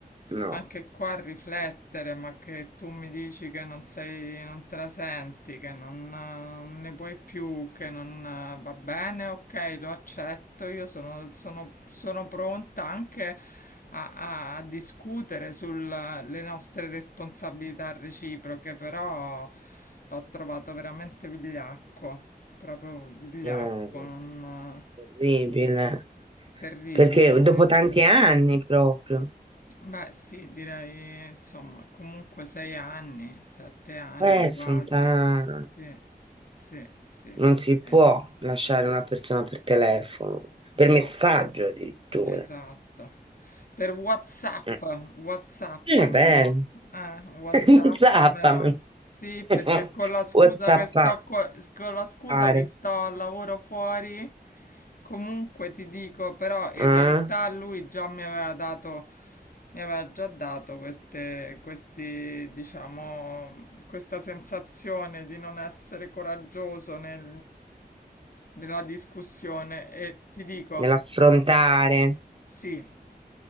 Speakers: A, on the right; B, on the left.
A: no,
B: anche qua a riflettere, ma che tu mi dici che non sei, non te la senti, che non, eh, non ne puoi più, che non eh, va bene, ok, lo accetto, io sono, sono- sono pronta anche a, a- a discutere sulle nostre responsabilità reciproche, però l'ho trovato veramente vigliacco, proprio vigliacco,
A: eh,
B: non,
A: terribile.
B: terribile,
A: Perché
B: sì.
A: dopo tanti anni proprio.
B: Beh, sì, direi, insomma, comunque sei anni, sette anni
A: Eh, sono
B: quasi.
A: tanti.
B: Sì, sì, sì,
A: Non si
B: sì.
A: può lasciare una persona per telefono, per
B: No,
A: messaggio addirittura.
B: esatto. Per WhatsApp,
A: Eh,
B: WhatsAppamelo.
A: è bello.
B: Eh, WhatsAppamelo.
A: <laughs> Zappami.
B: Sì,
A: <laughs>
B: perché con la scusa
A: Whatsappare.
B: che sto, co- con la scusa
A: eh?
B: che sto al lavoro fuori, comunque ti dico, però in
A: Mm.
B: realtà lui già mi aveva dato, mi aveva già dato queste, questi, diciamo, questa sensazione di non essere coraggioso nel, nella discussione e ti dico,
A: Nell'affrontare.
B: sì.